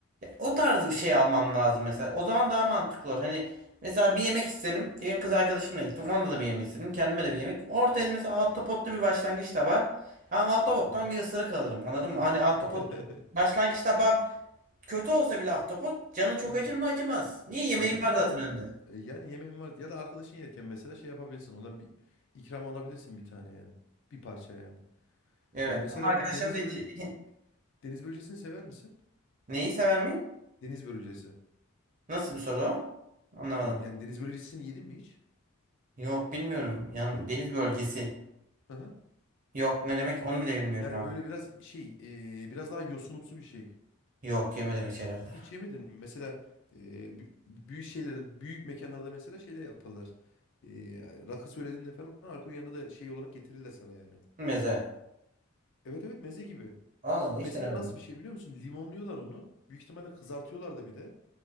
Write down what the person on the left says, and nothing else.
Hı hı.
<laughs>
Evet.
Acımaz
değil mi?
E, Yani yemeğim var. Ya da arkadaşın yerken mesela şey yapabilirsin. Ondan bir ikram alabilirsin bir tane yani. Bir parça yani.
Ya mesela
bu deniz
börü
Deniz börülcesini sever misin?
Deniz börülcesi.
Yok yani deniz börülcesini yedin mi hiç?
Hı hı.
Yani
böyle biraz şey e, biraz daha yosunumsu bir şey.
Hiç yemedin mi? Mesela e, bü- büyük şeylerde büyük mekanlarda mesela şeyler yaparlar. E, rakı söylediğinde falan alkolün yanında da şey olarak getirirler sana yani.
Evet evet meze gibi.
Mesela
nasıl bir şey biliyor musun? Limonluyorlar onu. Büyük ihtimalle kızartıyorlar da bir de.